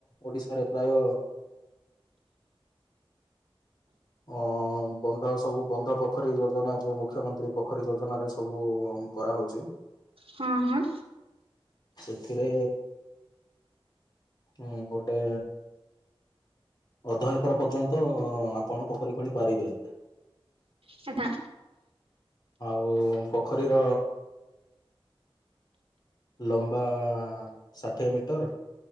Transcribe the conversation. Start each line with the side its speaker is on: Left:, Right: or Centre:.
Left: ଓଡିଶାରେ ପ୍ରାୟ ଅ ବନ୍ଧ ସବୁ ବନ୍ଧ ପୋଖରୀ ଯୋଜନା ଯୋଉ ମୁଖ୍ୟମନ୍ତ୍ରୀ ପୋଖରୀ ଯୋଜନାରେ ସବୁ କରାହ‌ଉଚି।
Right: ହଁ ହଁ।
Left: ସେଥିରେ ହୁଁ ଗୋଟେ ଅଧ ଏକର ପର୍ଯ୍ୟନ୍ତ ଆପଣ ପୋଖରୀ ଖୋଳି ପାରିବେ।
Right: ସେଟା।
Left: ଓ ପୋଖରୀର ଲମ୍ବା ଷାଠିଏ ମିଟର